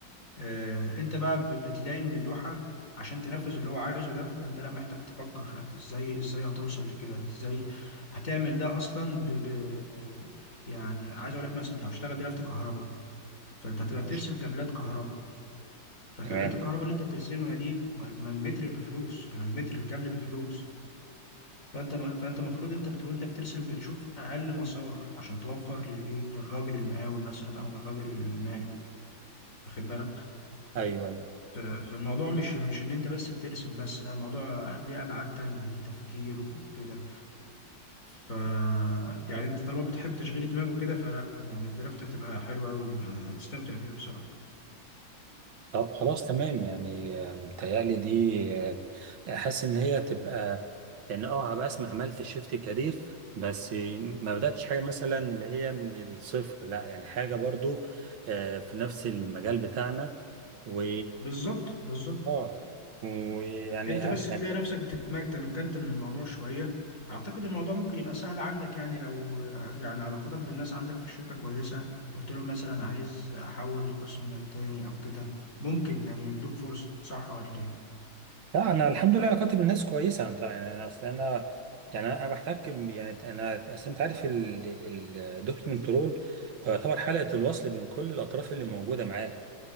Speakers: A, on the left (about 40°); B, on the right (about 80°).
A: آه، انت بقى ب- بتلاقي ان اللوحة عشان تنفذ اللي هو عايزه ده فانت لا محتاج تفكر هت- ازاي ازاي هتوصل لكده ازاي هتعمل ده اصلا ب... ب... ب- يعني عايز اقول لك مثلا لو هتشتغل دلوقتي كهرباء فانت هتبقى
B: ماشي
A: بترسم كابلات كهرباء فكابلات
B: تمام
A: الكهرباء اللي انت بترسمها دي ما ما المتر بفلوس يعني متر الكابل بفلوس فانت ما فانت المفروض انت بت... وانت بترسم بتشوف اقل مسار عشان توفر للايه للراجل المقاول مثلا او للراجل المالك واخد بالك
B: ايوه ايوه
A: ف- فالموضوع مش مش ان انت بس بترسم بس لا الموضوع ليه ابعاد تانية ليه تفكير وكده ف يعني انت طالما بتحب تشغيل الدماغ وكده فلا يعني الدرافت هتبقى حلوة قوي هتستمتع بيها بصراحة
B: طب خلاص تمام يعني آه، متهيألي دي حاسس ان هي تبقى لان اه بقى اسمع عملت شيفت كارير بس ما بداتش حاجه مثلا اللي هي من الصفر لا يعني حاجه برضو آه، في نفس المجال بتاعنا و
A: بالظبط بالظبط
B: اه ويعني
A: انت بس تلاقي
B: يعني
A: نفسك بتتمكن تمكنت من الموضوع شوية اعتقد الموضوع ممكن يبقى سهل عندك يعني لو يعني علاقاتك بالناس عندك في الشركة كويسة قلت لهم مثلا عايز احول لقسم تاني او كده ممكن يعني يدوك فرصة صح ولا ايه؟
B: لا انا الحمد لله كاتب الناس كويسه انت يعني اصل انا يعني انا بحتك ب- يعني انا اصل انت عارف الدوكيومنت رول هو يعتبر حلقه الوصل بين كل الاطراف اللي موجوده معاه